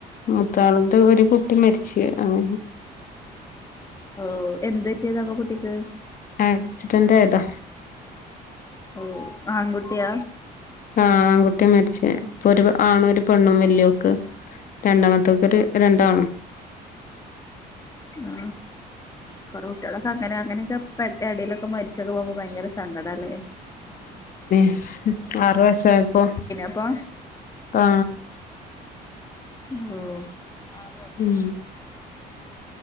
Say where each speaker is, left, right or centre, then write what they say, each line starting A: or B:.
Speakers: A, on the left; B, on the left.
A: മൂത്തോളത് ഒരു കുട്ടി മരിച്ച് അങ്ങനെ
B: ഓ എന്തുപറ്റിയതാപ്പോ കുട്ടിക്ക്
A: ആക്സിഡന്റായതാ
B: ഓ ആൺകുട്ടിയ
A: ആ ആൺകുട്ടിയ മരിച്ചേ ഇപ്പൊ ഒരു ആണ ആണും ഒരു പെണ്ണും പെണ്ണും വെലിയോക്ക് രണ്ടാമത്തോൽക്ക് രണ്ടാണ്
B: ആ കൊറേ കുട്ടികളൊക്കെ അങ്ങനെ അങ്ങനെയൊക്കെ എടയിലൊക്കെ മരിച്ചൊക്കെ പോകു ഭയങ്കര സങ്കടല്ലേ
A: ഹ് മ് ആറു വയസ്സായപ്പോ
B: അപ്പൊ
A: ആ
B: ഓഹ് ആഹ്
A: ഉം